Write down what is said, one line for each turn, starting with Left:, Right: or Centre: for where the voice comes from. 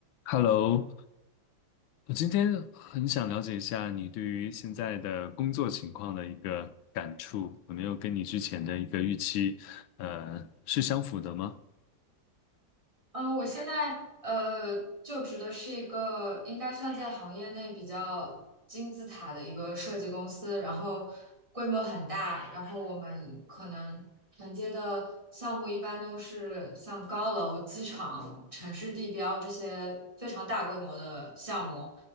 Left: Hello，我今天很想了解一下你对于现在的工作情况的一个感触，有没有跟你之前的一个预期，呃，是相符的吗？
Right: 呃，我现在呃就职的是一个应该算在行业内比较金字塔的一个设计公司，然后规模很大，然后我们可能承接的项目一般都是像高楼、机场、城市地标这些非常大规模的项目，